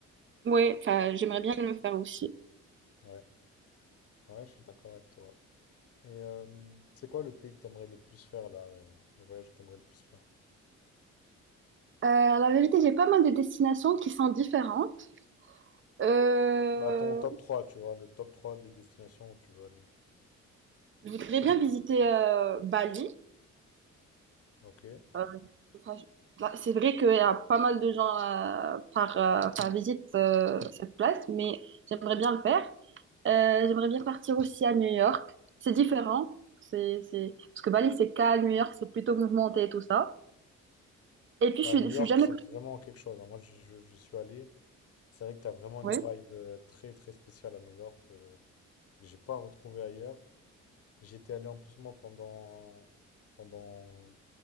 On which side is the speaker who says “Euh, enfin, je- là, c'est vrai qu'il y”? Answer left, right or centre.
Right